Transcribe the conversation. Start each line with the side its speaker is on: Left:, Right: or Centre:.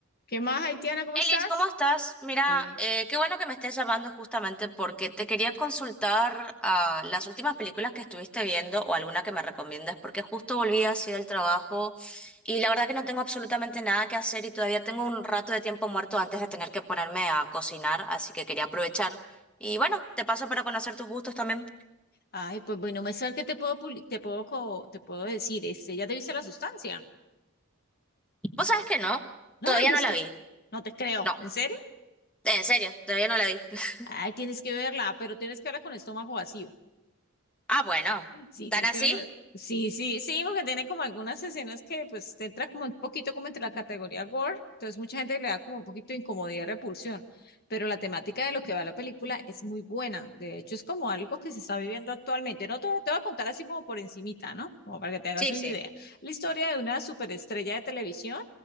Left: ¿Qué más, Haitiana? ¿Cómo
Centre: Elis,
Left: estás?
Centre: ¿cómo estás? Mira,
Left: Bien.
Centre: eh, qué bueno que me estés llamando justamente porque te quería consultar ah, las últimas películas que estuviste viendo o alguna que me recomiendas, porque justo volví así del trabajo y la verdad que no tengo absolutamente nada que hacer y todavía tengo un rato de tiempo muerto antes de tener que ponerme a cocinar, así que quería aprovechar. Y bueno, te paso para conocer tus gustos también.
Left: Ay, pues bueno, me saber que te puedo publi- te puedo co- te puedo decir, este, ¿ya te viste la sustancia?
Centre: ¿Vos sabés que no?
Left: ¿No
Centre: Todavía
Left: la has visto?
Centre: no la vi.
Left: No te creo.
Centre: No,
Left: ¿En serio?
Centre: en serio, todavía no la vi. <laughs>
Left: Ay, tienes que verla, pero tienes que verla con estómago vacío.
Centre: Ah, bueno,
Left: Sí,
Centre: ¿tan
Left: tienes
Centre: así?
Left: que recono- Sí, sí, sí, porque tiene como algunas escenas que pues te entra como un poquito como entre la categoría gore, entonces mucha gente le da como un poquito de incomodidad y repulsión, pero la temática de lo que va la película es muy buena, de hecho es como algo que se está viviendo actualmente, no te, te voy a contar así como por encimita, ¿no? Como para que te hagas
Centre: Sí,
Left: una
Centre: sí.
Left: idea. La historia de una superestrella de televisión